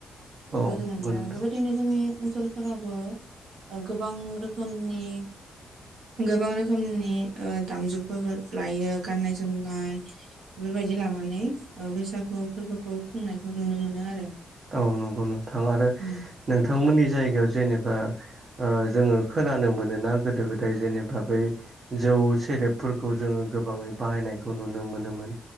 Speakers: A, on the right; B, on the right.
A: औ
B: गोजोननाय
A: नंगौ
B: मोनो
A: नोंथां
B: आरो बेबायदिनो जोंनि ओनसोल फोरावबो गोबां रोखोमनि गोबां रोखोमनि दामजुफोरबो लायो गाननाय जोमनाय बेफोरबायदि लानानै बैसागु फोरबोखौ खुंनायखौ नुनो मोनो आरो
A: औ नंगौ नोंथां आरो
B: उम
A: नोंथांमोननि जायगायाव जेनेबा ओ जोङो खोनानो मोनोना गोदो गोदाय जेनेबा बै जौ सेरेब फोरखौ जोङो गोबाङै बाहायनायखौ नुनो मोनोमोन